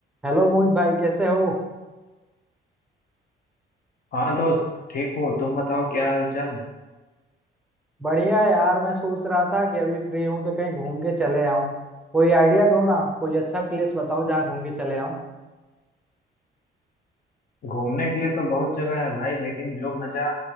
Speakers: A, in the centre; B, on the left.
A: Hello Mohit भाई कैसे हो
B: हाँ दोस्त ठीक हूँ तुम बताओ क्या हाल चाल
A: बढ़िया यार मैं सोच रहा था कि अभी फ्री हूँ तो कहीं घूम के चले आऊं कोई आइडिया दो ना कोई अच्छा प्लेस बताओ जहाँ घूम के चले आऊं
B: घूमने के लिए तो बहुत जगह है भाई लेकिन जो मजा